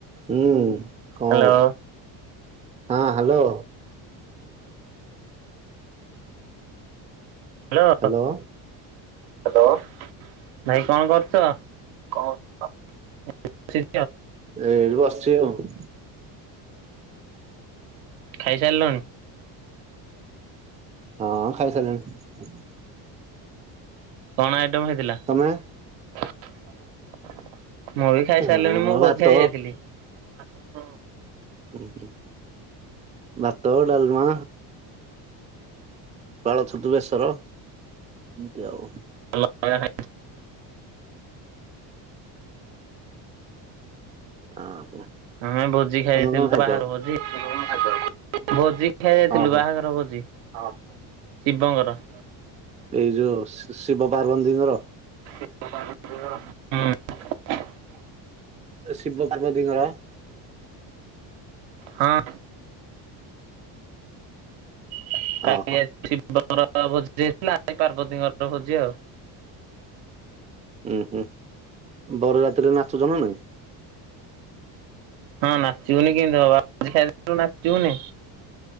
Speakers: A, on the right; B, on the right.
A: ହୁଁ। କଣ
B: ହ୍ୟାଲୋ
A: କରୁଛୁ ହଁ। ହାଲୋ।
B: ହାଲୋ।
A: Hello
B: hello. ଭାଇ କଣ କରୁଚ? କଣ କିଛି।
A: ଏ ବସଚି ଆଉ।
B: ଖାଇସାରିଲଣି।
A: ହଁ ଖାଇସାରିଲିଣି।
B: ତମେ ନ କଣ ହେଇଥିଲା?
A: ତମେ?
B: ହାଲୋ। ମୁଁ ବି ଖାଇସାରିଲିଣି
A: ହଁ
B: ମୁଁ
A: ଭାତ
B: ଭୋଜିଆ ଯାଇଥିଲି। ହଁ।
A: ହୁଁ ହୁଁ ହଁ ଭାତ ଡାଲମା ପାଳଛତୁ ବେସ ଓହ ଏମତି ଆଉ।
B: <inaudible>
A: ହଁ।
B: ଆମେ ଭୋଜି ଖାଇଥିଲୁ
A: ତମେ କଣ
B: ତ
A: ଖାଇଛ
B: ବାହାର
A: ଆଉ?
B: ଭୋଜି। <inaudible> ଭୋଜି। ଦେଖିଆ ଯାଇଥିଲୁ
A: ଓହୋ
B: ବାହାଘର ଭୋଜି। ଅହ ଶିବଙ୍କର।
A: ଏଇ ଯୋଉ ଶି ଶିବ ପାର୍ବନ୍ଦିିଙ୍କ ର।
B: ହୁଁ।
A: ଶିବ ପାର୍ବତିଙ୍କର।
B: ହଁ। <unintelligible> <unintelligible> <unintelligible>
A: ଓହୋ
B: ପାର୍ବତୀଙ୍କର। ରହୁଛି ଆଉ।
A: ଉୁଁ ହୁଁ ବର ଯାତ୍ରୀ ରେ ନାଚୁଛ ନା ନାଇଁ?
B: ହଁ ନାଚିବୁନି କେମିତି ହବ, ନାଚିବୁନି।